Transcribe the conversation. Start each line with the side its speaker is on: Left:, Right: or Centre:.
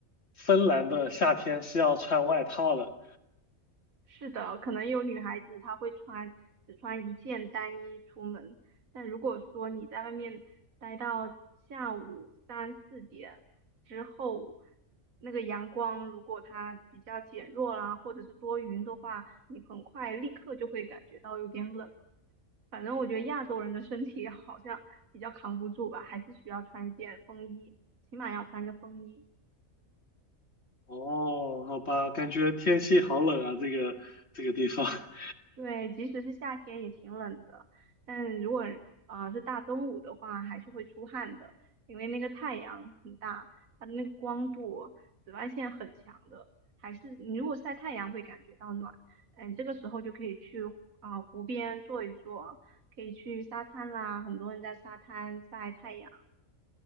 Left: 芬兰的夏天是要穿外套的。
Right: 是的，可能有女孩子她会穿只穿一件单衣出门，但如果说你在外面待到下午三四点之后，那个阳光如果它比较减弱啦，或者是多云的话，你很快立刻就会感觉到有点冷了。反正我觉得亚洲人的身体好像比较扛不住吧，还是需要穿一件风衣，起码要穿个风衣。
Left: 哦，好吧，感觉天气好冷啊，这个这个地方。<laughs>
Right: 对，即使是夏天也挺冷的，但如果呃是大中午的话，还是会出汗的，因为那个太阳很大，它的那个光度、紫外线很强的，还是你如果晒太阳会感觉到暖，嗯、这个时候就可以去啊、湖边坐一坐，可以去沙滩啦，很多人在沙滩晒太阳，